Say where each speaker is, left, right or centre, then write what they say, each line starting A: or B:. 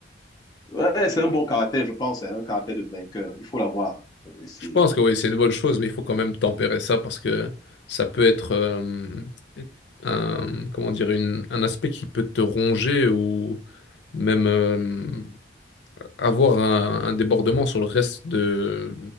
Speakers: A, on the left (about 20°); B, on the left (about 75°).
A: Ouais, c'est un bon caractère, je pense. C'est un caractère de vainqueur. Il faut l'avoir. C'est...
B: Je pense que oui, c'est une bonne chose, mais il faut quand même tempérer ça parce que ça peut être euh, un, comment dire, une- un aspect qui peut te ronger ou même euh, avoir un, un débordement sur le reste de,